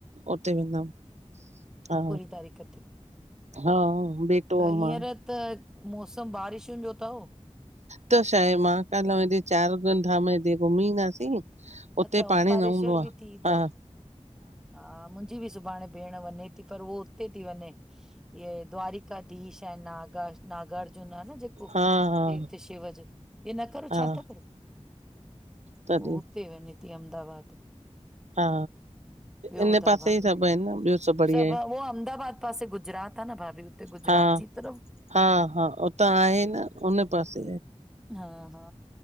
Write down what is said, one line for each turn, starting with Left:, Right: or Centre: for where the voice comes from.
Right: उते वेंदमि हा
Centre: तारीख ते
Right: हा बेटो
Centre: त
Right: अऊं
Centre: हींअर
Right: मां।
Centre: त मौसम बारिशुनि जो अथव।
Right: त छा आहे महाकाल न वञी चारि धाम हेॾे घुमी ईंदासीं।
Centre: अच्छा
Right: उते
Centre: ओंकारेश्वर
Right: पाणी न हूंदो आ।
Centre: बि थी ईंदव?
Right: हा
Centre: हा मुंहिंजी बि सुभाणे भेण वञे थी पर उहो उते थी वञे इये द्वारिकाधीश ऐं नागार्जुन आहे जेके
Right: हा हा
Centre: ते उते शेवा जो, इअं न करो
Right: हा
Centre: छा था करो?
Right: तॾहिं
Centre: हुते वञे थी अहमदाबाद
Right: हा
Centre: ॿियो
Right: इन
Centre: ॿुधायो
Right: पासे
Centre: भाभी,
Right: ई सभु आहिनि न ॿियो सभु बढ़िया
Centre: सब
Right: आहे।
Centre: उहो अहमदाबाद हुन पासे गुजरात आहे न भाभी उते गुजरात
Right: हा
Centre: जी तरफ
Right: हा हा उतां आहे न हुन पासे,
Centre: हा हा